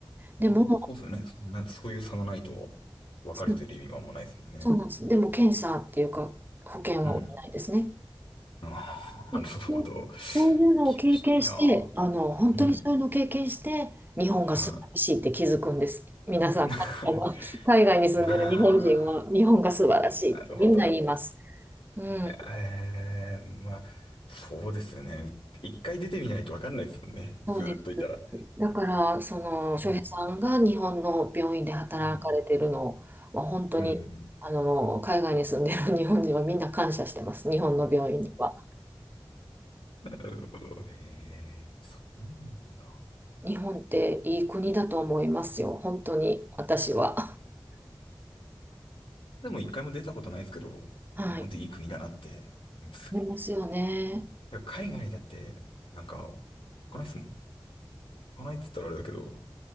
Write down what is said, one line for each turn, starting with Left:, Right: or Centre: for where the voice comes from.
Right: でも、
Left: んまあ、そうですよね。そんな、そういう差がないと、分かれてる意味があんまないですもんね。
Right: そそうなんです。でも検査っていうか、保険は下りないですね。
Left: うん。あーなるほど。
Right: でそうそういうのを経験して、
Left: 厳しいな。
Right: あの、本当にそういうのを経験して、
Left: うん。
Right: 日本が素晴らしいって気づくんです。
Left: は
Right: 皆さん、
Left: い。<laughs>
Right: 海外は <laughs> 海外に住んでる日本人は、
Left: まあ、
Right: 日本が素晴らしいってみんな言います。
Left: なるほど。
Right: うん、
Left: ええ、まあ、そうですよね。一回出てみないとわかんないですもんね。
Right: そうです。
Left: ずーっといたら。
Right: だから、その、翔平さんが日本の病院で働かれてるのは、
Left: うん。うん。
Right: 本当に、
Left: うん。
Right: あの、海外に住んでる <laughs> 日本人はみんな感謝してます。日本の病院には。
Left: なるほど。へえ、そうなんだ。
Right: 日本っていい国だと思いますよ。本当に、私は。
Left: でも一回も出たことないですけど、
Right: はい。
Left: 日本っていい国だなって。うん
Right: 思いますよね。
Left: 海外だって、なんか、来ないですもん。来ないっつったらあれだけど、